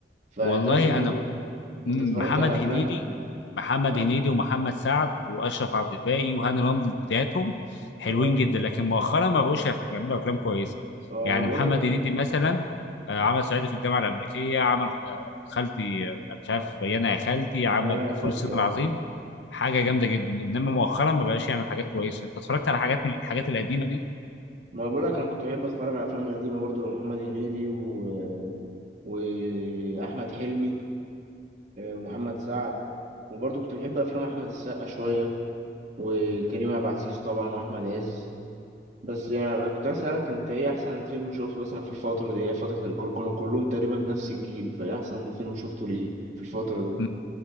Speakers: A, on the right (about 40°); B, on the left (about 80°).
A: فانت
B: والله
A: مثلا بر-
B: انا مم،
A: انت اتفرجت
B: محمد
A: على افلام
B: هنيدي محمد
A: اه
B: هنيدي
A: كنت-
B: ومحمد سعد واشرف عبد الباقي وهاني رمزي في بداياتهم حلوين
A: اه
B: جدا لكن مؤخرا ما بقوش يعرفوا يعملوا افلام كويسه
A: اه
B: يعني
A: انا بقول
B: محمد
A: لك
B: هنيدي مثلا آه، عمل صعيدي في الجامعه الامريكيه عمل آه، خالتي آه، مش عارف يانا يا خالتي عمل
A: يا انا يا خالتي
B: فول الصين العظيم
A: اه
B: حاجه جامده جدا انما مؤخرا ما بقاش يعمل حاجات كويسه انت اتفرجت على حاجات من الحاجات القديمه دي
A: ما بقول لك انا كنت بحب اتفرج على افلام قديمه برضو محمد هنيدي و... واحمد حلمي آه، ومحمد سعد وبرضو كنت بحب افلام احمد السقا شويه وكريم عبد العزيز طبعا واحمد عز بس يعني كنت عايز اسالك انت ايه احسن فيلم شفته مثلا في الفتره دي هي فتره الكل كانوا كلهم تقريبا نفس الجيل فايه احسن فيلم شفته ليه في الفتره دي
B: م-